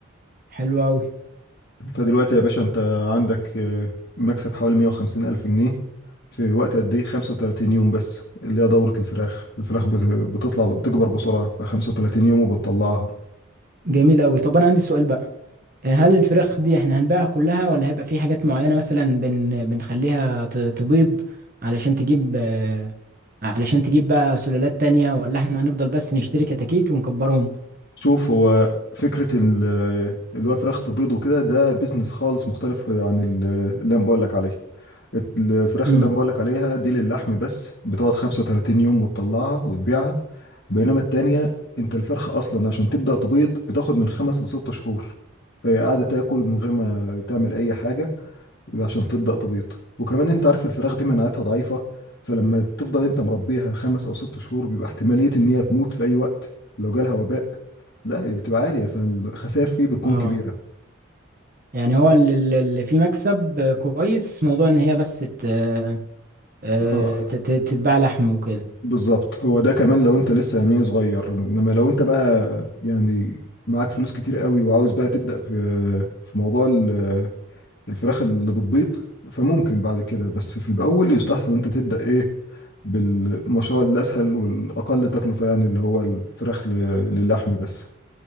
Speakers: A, on the right; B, on the left.
A: حلو قوي
B: فدلوقتي يا باشا انت عندك آه، مكسب حوالي 150 ألف جنيه في وقت قد ايه 35 يوم بس اللي هي دورة الفراخ الفراخ بت- بتطلع بتكبر بسرعة ف 35 يوم وبتطلعها
A: جميل قوي طب انا عندي سؤال بقى آه، هل الفراخ دي احنا هنبيعها كلها ولا هيبقى في حاجات معينة مثلا بن بنخليها ت- تبيض علشان تجيب آه، علشان تجيب بقى سلالات تانية ولا احنا هنفضل بس نشتري كتاكيت ونكبرهم
B: شوف هو فكرة ال- اللي هو فراخ تبيض وكده ده بيزنس خالص مختلف عن ال- اللي انا بقول لك عليه الفراخ
A: امم
B: اللي انا بقولك عليها دي للحم بس بتقعد 35 يوم وتطلعها وتبيعها بينما التانية انت الفرخة اصلا عشان تبدأ تبيض بتاخد من خمس لست شهور فهي قاعدة تاكل من غير ما تعمل اي حاجة عشان تبدأ تبيض وكمان انت عارف الفراخ دي مناعتها ضعيفة فلما تفضل انت مربيها خمس او ست شهور بيبقى احتمالية ان هي تموت في اي وقت لو جالها وباء لا بتبقى عالية فالخسائر فيه بتكون
A: اه
B: كبيرة
A: يعني هو اللي اللي فيه مكسب آه، كويس موضوع ان هي بس ت- آه، آه،
B: اه
A: تت- تتباع لحم وكده
B: بالظبط هو ده كمان لو انت لسه يعني إيه صغير انما لو انت بقى يعني معاك فلوس كتير قوي وعاوز بقى تبدأ في في موضوع ال- الفراخ اللي بتبيض فممكن بعد كده بس في الاول يستحسن انت تبدأ ايه بالمشروع الاسهل والاقل تكلفة يعني اللي هو الفراخ ل- للحم بس